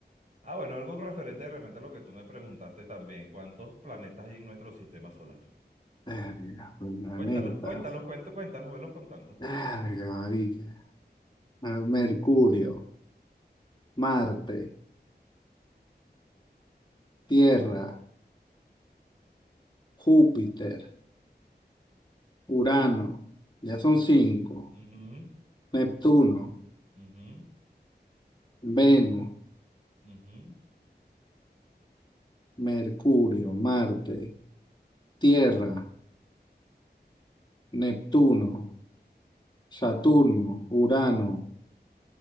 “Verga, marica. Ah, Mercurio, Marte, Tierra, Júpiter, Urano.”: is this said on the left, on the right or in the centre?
Left